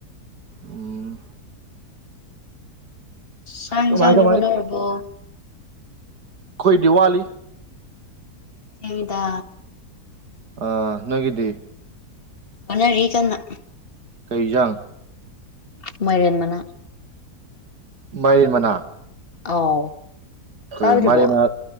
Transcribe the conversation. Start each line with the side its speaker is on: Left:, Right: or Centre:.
Right: ꯎꯝ
Left: ꯆꯥꯡ
Right: ꯀꯃꯥꯏ
Left: ꯏꯟꯁꯥꯡꯗꯤ
Right: ꯀꯃꯥꯏ
Left: ꯍꯣꯠꯅꯔꯕꯣ
Right: ꯈꯣꯏꯗꯤ ꯋꯥꯂꯤ
Left: ꯊꯦꯡꯉꯤꯗ
Right: ꯑꯥ ꯅꯣꯏꯒꯤꯗꯤ
Left: ꯃꯥꯟꯅꯔꯤ ꯀꯟꯅ
Right: ꯀꯩꯖꯥꯡ
Left: ꯃꯥꯏꯔꯦꯟ ꯃꯅꯥ
Right: ꯃꯥꯏꯔꯦꯟ ꯃꯅꯥ
Left: ꯑꯥꯎ
Right: ꯀ
Left: ꯆꯥꯗ꯭ꯔꯤꯕꯣ
Right: ꯃꯔꯦꯟ ꯃꯅꯥ